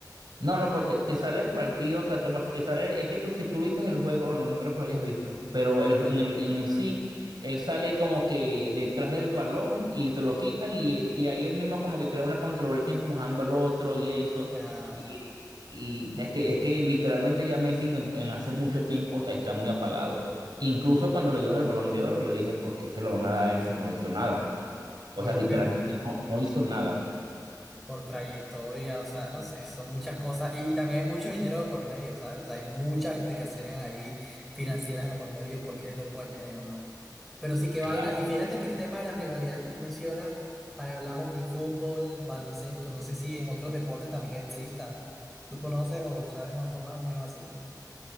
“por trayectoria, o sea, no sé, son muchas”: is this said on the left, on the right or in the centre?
Centre